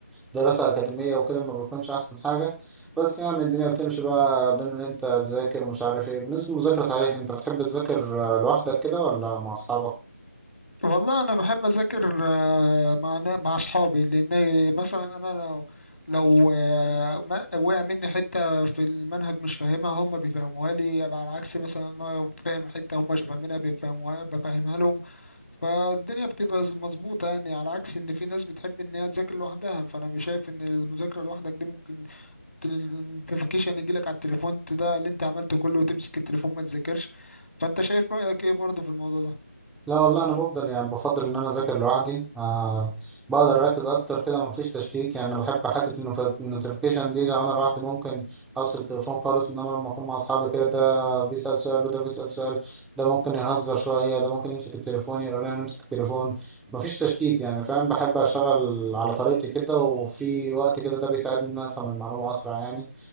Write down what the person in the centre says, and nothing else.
دراسة اكاديمية وكده ما بيكونش احسن حاجة بس يعني الدنيا بتمشي بقى بين ان انت تذاكر ومش عارف ايه بالنسبة للمذاكرة صحيح انت بتحب تذاكر آه، لوحدك كده ولا مع اصحابك؟
لا والله انا بفضل يعني بفضل ان انا اذاكر لوحدي آه بقدر اركز اكتر كده مفيش تشتيت يعني انا بحب حته النوتيفيكيشن دي لو انا لوحدي ممكن اوصل التليفون خالص انما لما اكون مع اصحابي كده ده بيسال سؤال وده بيسال سؤال ده ممكن يهزر شويه ده ممكن يمسك التليفون يغير انا امسك التليفون مفيش تشتيت يعني فاهم بحب اشتغل على طريقتي كده وفي وقت كده ده بيساعدني ان انا افهم المعلومه اسرع يعني